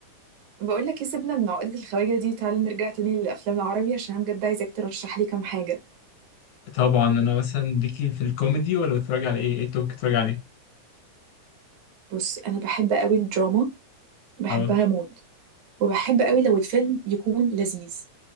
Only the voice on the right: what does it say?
بقول لك ايه سيبنا من عقده الخواجه دي تعالى نرجع تاني للافلام العربي عشان انا بجد عايزاك ترشح لي كام حاجه
بص انا بحب قوي الدراما بحبها
موت وبحب قوي لو الفيلم يكون لذيذ